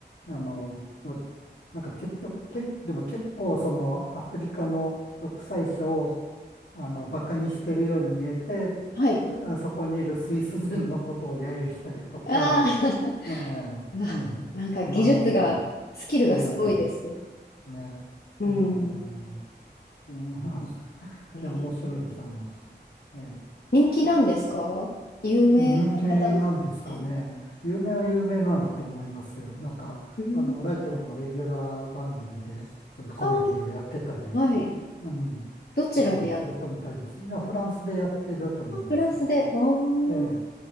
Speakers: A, on the left; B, on the left.
A: えあの、なんか結局、け、でも結構そのアフリカの独裁者を、あの、バカにしてるように見えて、
B: はい。
A: あそこにいるスイス人のことを揶揄したりとか、
B: ああ、<laughs>
A: え
B: うわなんか技術が、
A: えええあの、
B: スキルがすごいです。
A: ええね、
B: うん。
A: あのうん <laughs> い
B: えー
A: や、面白いです。あの、ええ。
B: 人気なんですか有名な方なんですね。
A: 人気なんですかね。有名は有名なんだと思いますよ。なんか、
B: うん。
A: あの、ラジオのレギュラー番組で、そういうコメディをやってたり、
B: ああ、はい。
A: うん、
B: どちらでやっ
A: あの、する人みたいです。いや、フランスでやってると思いますよ。
B: プラスで、おー、
A: ええ、